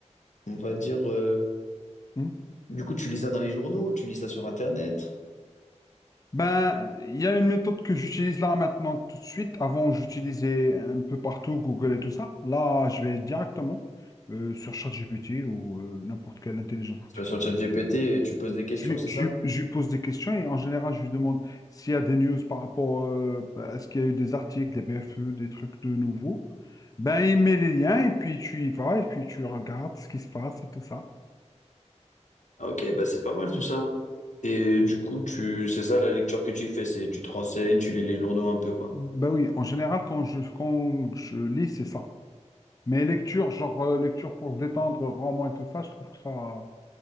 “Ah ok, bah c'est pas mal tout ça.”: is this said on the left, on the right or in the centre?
Left